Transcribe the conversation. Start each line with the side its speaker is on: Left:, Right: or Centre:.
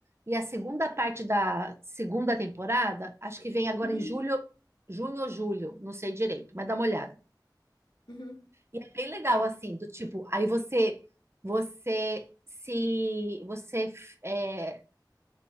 Right: e a segunda parte da segunda temporada, acho que vem agora
Left: uhum,
Right: em julho, junho ou julho, não sei direito, mas dá uma olhada.
Left: uhum,
Right: É bem legal,
Left: tá.
Right: assim, do tipo, aí você, você se, você é,